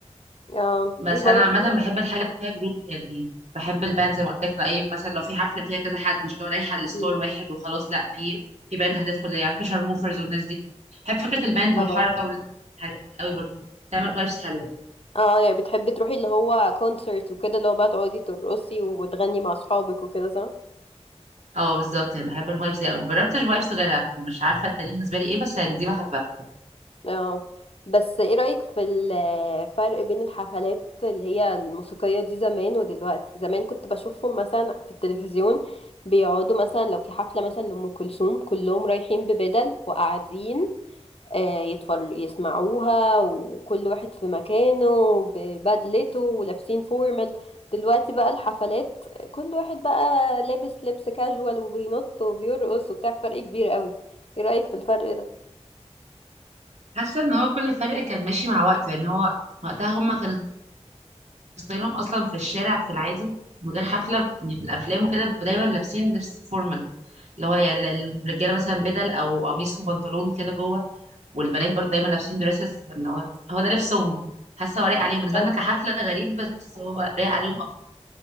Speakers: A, on the left; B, on the right.
A: اه
B: بس
A: دي
B: أنا
A: برضو
B: عامة بحب الحاجة اللي فيها جروب يعني بحب الباند زي ما قلت لك أي مثلا لو في حفلة فيها كذا حد مش لو رايحة الستور
A: مم.
B: واحد وخلاص لأ في في باند هتدخل زي عارفة شارموفرز والناس دي بحب فكرة الباند والحركة
A: اه
B: والحاجات دي أوي برضه بتعمل فايبس حلوة
A: اه يعني بتحبي تروحي اللي هو كونسرت وكده اللي هو بقى تقعدي ترقصي وتغني مع اصحابك وكده صح
B: اه بالظبط يعني بحب الفايبس دي أوي مجربتش فايبس غيرها مش عارفة التانيين بالنسبة لي ايه بس يعني دي بحبها
A: اه بس ايه رأيك في الفرق بين الحفلات اللي هي الموسيقية دي زمان ودلوقتي زمان كنت بشوفهم مثلا في التلفزيون بيقعدوا مثلا لو في حفلة مثلا لأم كلثوم كلهم رايحين ببدل وقاعدين آه، يتفر يسمعوها وكل واحد في مكانه ببدلته ولابسين فورمال دلوقتي بقى الحفلات كل واحد بقى لابس لبس كاجوال وبينط وبيرقص وبتاع فرق كبير قوي ايه رأيك في الفرق ده
B: حاسه ان هو كل فرق كان ماشي مع وقته يعني هو وقتها هم كانوا ستايلهم اصلا في الشارع في العادي من غير حفله يعني من الافلام وكده دايما لابسين لبس فورمال اللي هو يعني ال- الرجاله مثلا بدل او قميص وبنطلون كده جوه والبنات برضه دايما لابسين دريسز اللي هو هو ده لبسهم حاسه هو لايق عليهم بالنسبه
A: اه
B: لنا كحفله غريب بس هو لايق عليهم اكتر